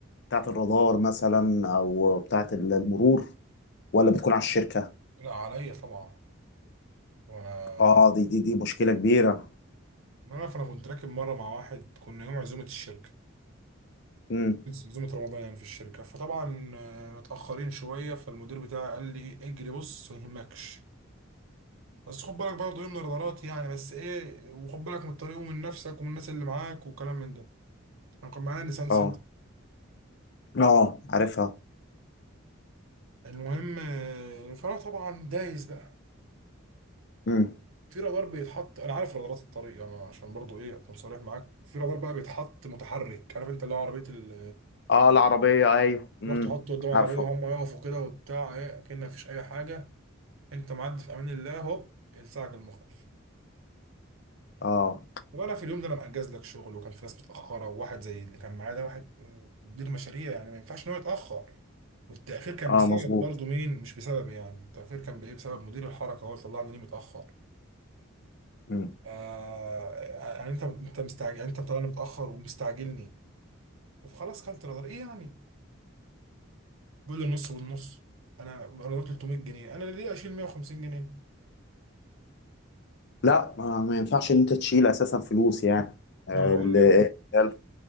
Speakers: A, on the left; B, on the right.
A: بتاعة الرادار مثلا أو بتاعة ال- المرور ولا بتكون على الشركة؟
B: لا عليا طبعا وانا
A: آه دي دي دي مشكلة كبيرة
B: انا فانا كنت راكب مره مع واحد كنا يوم عزومه الشركه
A: امم
B: عزومه رمضان يعني في الشركه فطبعا آه، متاخرين شويه فالمدير بتاعي قال لي اجري بص ما يهمكش بس خد بالك برضه ايه من الغلط يعني بس ايه وخد بالك من الطريق ومن نفسك ومن الناس اللي معاك والكلام من ده انا كان معايا نيسان سنتر
A: آه آه عارفها
B: المهم آه، فانا طبعا دايس بقى
A: امم
B: في رادار بيتحط انا عارف رادارات الطريق انا عشان برضه ايه اكون صريح معاك في رادار بقى بيتحط متحرك عارف انت اللي هو عربيه ال
A: آه العربية أيوه امم
B: تروح تحطه قدام العربيه
A: عارفه
B: وهم يقفوا كده وبتاع ايه اكن مفيش اي حاجه انت معدي في امان الله هوب يلسعك المخالف
A: آه
B: وانا في اليوم ده انا مأجز لك شغل وكان في ناس متأخرة وواحد زي اللي كان معايا ده واحد مدير مشاريع يعني ما ينفعش ان هو يتأخر والتأخير كان
A: آه
B: بسبب
A: مظبوط
B: برضه مين مش بسبب يعني التأخير كان بإيه بسبب مدير الحركة هو اللي طلعني ليه متأخر
A: امم
B: آه آه، يعني انت انت مستعجل يعني انت مطلعني متأخر ومستعجلني وخلاص كلت رادار ايه يعني بيقول لي النص والنص انا رادار 300 جنيه انا ليه اشيل 150 جنيه
A: لا ما ما ينفعش إن أنت تشيل أساسا فلوس يعني آه
B: انا بقول
A: ال-
B: لك